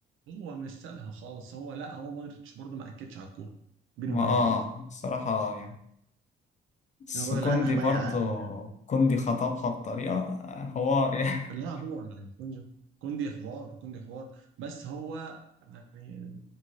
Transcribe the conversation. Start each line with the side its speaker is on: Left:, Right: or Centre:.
Right: هو مش سابها خالص هو لا هو مودريتش برضه ما اكدش على الكوره بيني
Left: ما
Right: وبينك
Left: اه
Right: يعني
Left: الصراحة يعني بس
Right: إن هو
Left: كوندي
Right: لعبها ميعه
Left: برضه
Right: قوي يعني
Left: كوندي خطبها بطريقة حوار يعني
Right: لا هو يعني كوندي كوندي حوار كوندي حوار بس هو يعني